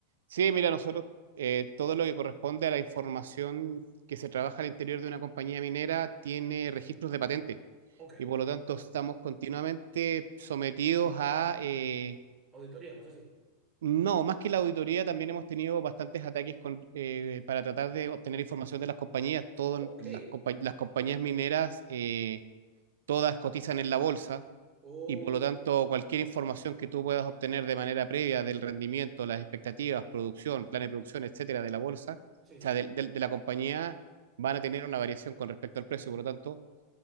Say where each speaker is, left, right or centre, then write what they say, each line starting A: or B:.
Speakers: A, on the right (about 60°); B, on the right (about 25°).
A: Sí, mira, nosotros eh, todo lo que corresponde a la información que se trabaja al interior de una compañía minera tiene registros de patente
B: Ok.
A: y por lo tanto estamos continuamente sometidos a... eh,
B: Auditoría, cosas así.
A: No, más que la auditoría, también hemos tenido bastantes ataques con, eh, para tratar de obtener información de las compañías. Todas
B: Ok.
A: las, compa- las compañías mineras, eh, todas cotizan en la bolsa
B: O...
A: y por lo tanto cualquier información que tú puedas obtener de manera previa del rendimiento, las expectativas, producción, plan de producción, etcétera, de la bolsa, o
B: Sí, sí.
A: sea, del- del- de, la compañía, van a tener una variación con respecto al precio. Por lo tanto,